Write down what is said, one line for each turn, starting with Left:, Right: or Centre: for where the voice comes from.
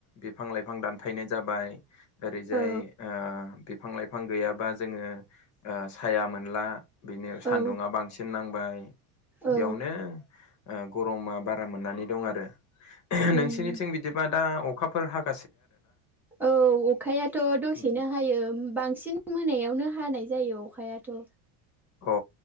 Left: बिफां लाइफां बिफां दानफायनाय जाबाय ओरैजाय
Centre: औ
Left: ओ बिफां लाइफां गैयाबा जोङो साया मोनला बेनो सान्दुङा
Centre: औ
Left: बांसिन नां बाय
Centre: औ
Left: बेयावनो ओ गरमा बारा मोननानै दं आरो नोंसिनिथिं
Centre: ओम
Left: बिदिबा दा अ अखाफोर हाब
Centre: औ अखायाथ' दसेनो
Left: अ
Centre: हायो बां सिन मोनायावनो हानाय जायो अखायाथ'
Left: अ